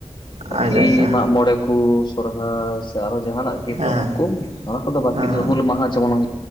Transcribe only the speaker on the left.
ᱟᱨᱠᱤ
ᱢᱟᱜ ᱢᱚᱬᱮ ᱠᱚ ᱥᱚᱨᱦᱟᱭ ᱥᱮ ᱟᱨ ᱦᱚᱸ ᱡᱟᱦᱟᱱᱟᱜ ᱜᱮ
ᱯᱚᱨᱚᱵᱽ ᱚᱱᱟ ᱠᱚᱫᱚ ᱵᱟᱠᱤ
ᱫᱚ ᱦᱩᱞ ᱢᱟᱦᱟ ᱡᱮᱢᱚᱱ ᱦᱩᱭᱩᱜ